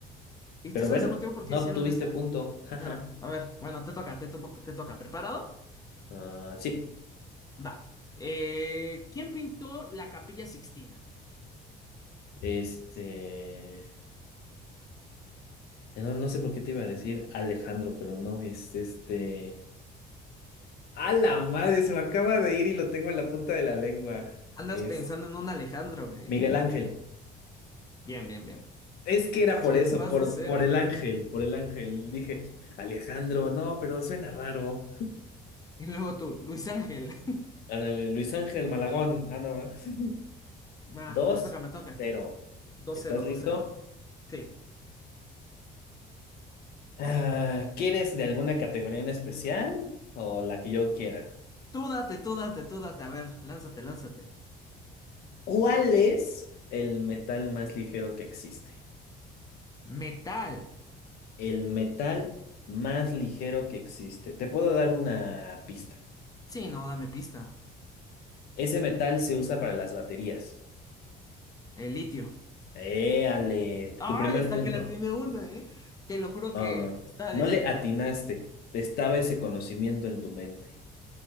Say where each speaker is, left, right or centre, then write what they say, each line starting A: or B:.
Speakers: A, on the left (about 20°); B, on the left (about 65°).
A: ¿Y
B: Pero
A: tú sabes
B: bueno,
A: el motivo por
B: no
A: qué hicieron
B: tuviste
A: esa?
B: punto, <laughs> jaja.
A: Bueno, a ver, bueno, te toca, te toca, te toca. ¿Preparado?
B: Ah, sí,
A: Va. Eh, ¿quién pintó la Capilla Sixtina?
B: este... eh, No, no sé por qué te iba a decir Alejandro, pero no, es este... ¡A la madre! Se me acaba de ir y lo tengo en la punta de la lengua.
A: Andas
B: Es
A: pensando en un Alejandro, ¿eh?
B: Miguel Ángel.
A: Bien, bien, bien.
B: Es que era
A: Más
B: por
A: bien,
B: eso,
A: vas
B: por,
A: dos cero
B: por el ángel, por el ángel. Dije, Alejandro, no, pero suena raro.
A: Y luego tú, Luis Ángel. <laughs>
B: Ándale, Luis Ángel Malagón, ah, no, ¿verdad? <laughs>
A: Va,
B: Dos,
A: me toca, me toca.
B: cero.
A: dos
B: ¿Estás
A: cero
B: listo?
A: dos cero Sí.
B: Ah, ¿quieres de alguna categoría en especial o la que yo quiera?
A: Tú date, tú date, tú date. A ver, lánzate, lánzate.
B: ¿Cuál es el metal más ligero que existe?
A: Metal.
B: El metal más ligero que existe. Te puedo dar una pista.
A: Sí, no, dame pista.
B: Ese metal se usa para las baterías.
A: El litio.
B: Éale,
A: Ay,
B: tu primer
A: hasta
B: punto.
A: que la tiene una, ¿eh? Te lo juro
B: Ah,
A: que estaba
B: no
A: diciendo.
B: no le atinaste. Estaba ese conocimiento en tu mente.